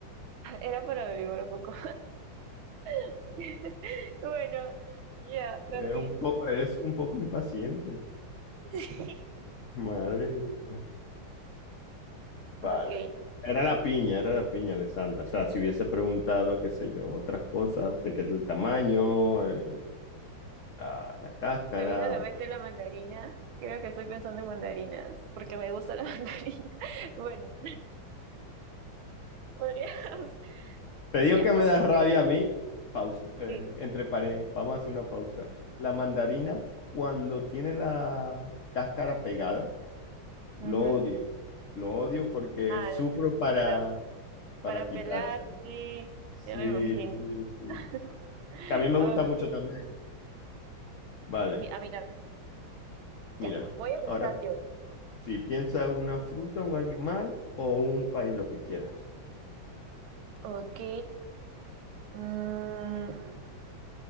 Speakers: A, on the right; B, on the left.
A: <laughs> era para averiguar un poco. <laughs> Bueno, ya,
B: Eres
A: perdí.
B: un po- eres un poco impaciente.
A: <laughs>
B: Madre mía. Vale.
A: Ok.
B: Era la piña, era la piña, Alessandra. O sea, si hubiese preguntado, qué sé yo, otras cosas, de qué el tamaño, el- la, la cáscara,
A: Me vino a la mente la mandarina. Creo que estoy pensando en mandarinas, porque me gusta la <laughs> mandarina. Bueno, podríamos. <laughs>
B: Te digo
A: Ya,
B: que me
A: ok.
B: da rabia a mí. Pausa. eh,
A: Sí.
B: entre paréntesis, vamos a hacer una pausa. La mandarina, cuando tiene la cáscara pegada,
A: Ujú.
B: lo odio. Lo odio porque
A: Ah,
B: sufro para,
A: la-
B: para
A: para
B: quitárselo.
A: pelar, sí.
B: Sí,
A: Ya me imagino.
B: sí, sí.
A: <laughs>
B: Que a mí me gusta mucho también. Vale,
A: Sí, a mí también. Ya,
B: mira,
A: voy a
B: ahora
A: empezar yo.
B: si piensa una fruta, un animal o un país, lo que quieras.
A: Ok. mm,